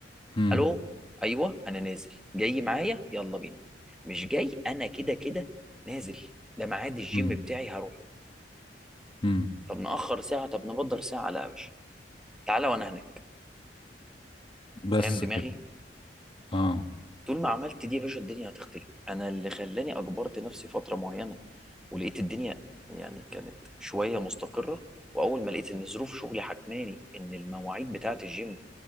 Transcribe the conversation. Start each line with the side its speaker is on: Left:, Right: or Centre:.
Left: امم
Centre: الو ايوه انا نازل جاي معايا يلا بينا مش جاي انا كده كده نازل ده ميعاد الجيم
Left: امم
Centre: بتاعي هروحه
Left: امم
Centre: طب نأخر ساعة طب نبدر ساعة لا يا باشا تعالى وانا هناك فاهم
Left: بس
Centre: دماغي
Left: كده اه
Centre: طول ما عملت دي يا باشا الدنيا هتختلف انا اللي خلاني اجبرت نفسي فترة معينة ولقيت الدنيا يعني كانت شوية مستقرة واول ما لقيت ان ظروف شغلي حكماني ان المواعيد بتاعة الجيم